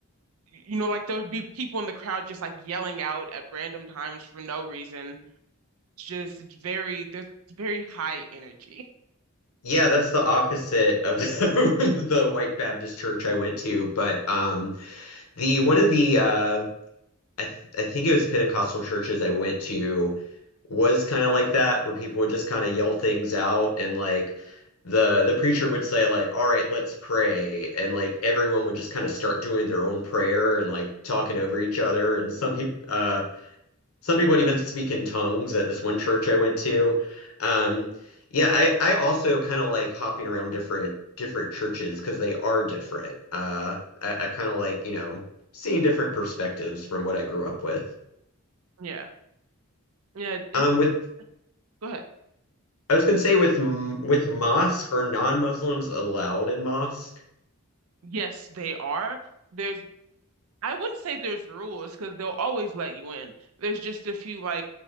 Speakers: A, on the right; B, on the left.
A: you know, like there would be people in the crowd just like yelling out at random times for no reason. Just very, there's very high energy.
B: Yeah, that's the opposite of <laughs> the white Baptist church I went to. But um, the one of the uh, I th I think it was Pentecostal churches I went to was kind of like that, where people would just kind of yell things out, and like the the preacher would say like, "All right, let's pray," and like everyone would just kind of start doing their own prayer and like talking over each other. And some people, uh, some people would even speak in tongues at this one church I went to. Um, yeah, I, I also kind of like hopping around different different churches because they are different. Uh, I, I kind of like, you know, seeing different perspectives from what I grew up with.
A: Yeah. Yeah. It's,
B: Um, with
A: go ahead.
B: I was gonna say with m- with mosque are non-Muslims allowed in mosque?
A: Yes, they are. There's I wouldn't say there's rules because they'll always let you in. There's just a few like